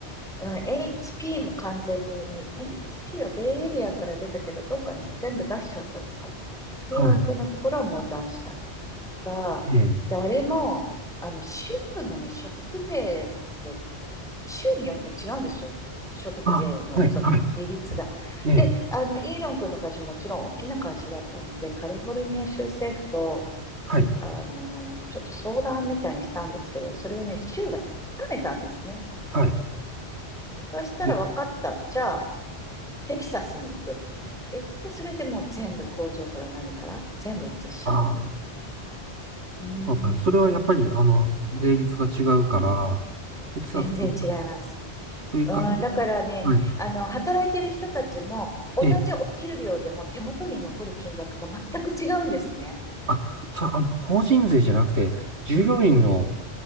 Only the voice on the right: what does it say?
は
い。ええ。
あ、はい。
はい。
ええ。
はい。
はい。
で、
ああ、
そうだね。それはやっぱり、あの、税率が違うから、
テキサスの方が
低いから、
はい。
ええ。あ、そう、あの、法人税じゃなくて、従業員の、